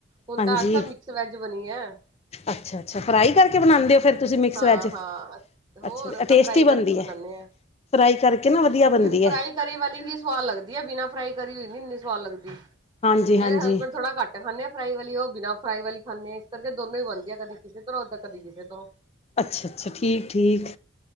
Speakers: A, on the right; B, on the left.
A: ਹੁਨ
B: ਹਾਂਜੀ
A: ਤਾਂ ਅਜ ਤਾਂ ਮਿਕਸ ਵੈਜ ਬਨੀ ਹੈ।
B: ਅੱਛਾ ਅੱਛਾ ਫਰਾਈ ਕਰਕੇ ਬਣਾਉਂਦੇ ਹੋ ਫਿਰ ਤੁਸੀਂ ਮਿਕਸ
A: ਹਾਂ-ਹਾਂ,
B: ਵੈਜ
A: ਹੋਰ
B: ਅੱਛਾ ਟੇਸਟੀ
A: ਤਾਂ ਫਰਾਈ
B: ਬਣਦੀ
A: ਕਰਕੇ ਬਨਾਨੇ
B: ਹੈ
A: ਆਂ।
B: ਫਰਾਈ ਕਰਕੇ ਨਾ ਵਧੀਆ
A: ਹੋਰ ਕਿਆ,
B: ਬਣਦੀ
A: ਫਰਾਈ
B: ਹੈ
A: ਕਰੀ ਵਾਲੀ ਹੀ ਸਵਾਦ ਲੱਗਦੀ ਐ ਬਿਨਾਂ ਫਰਾਈ ਕਰੀ ਹੋਈ ਨੀ ਇੰਨੀ ਸਵਾਦ ਲੱਗਦੀ,
B: ਹਾਂਜੀ
A: ਮੇਰੇ
B: ਹਾਂਜੀ
A: ਹਸਬੈਂਡ ਥੋੜਾ ਘੱਟ ਖਾਂਦੇ ਆ ਫਰਾਈ ਵਾਲੀ ਉਹ ਬਿਨਾਂ ਫਰਾਈ ਵਾਲੀ ਖਾਨੇ ਹਾਂ ਇਸ ਕਰਕੇ ਦੋਨੋ ਹੀ ਬਨਦੀ ਆ, ਕਦੀ ਕਿਸੇ ਤਰੋਂ ਕਦੀ ਕਿਸੇ ਤਰੋਂ।
B: ਅੱਛਾ-ਅੱਛਾ, ਠੀਕ-ਠੀਕ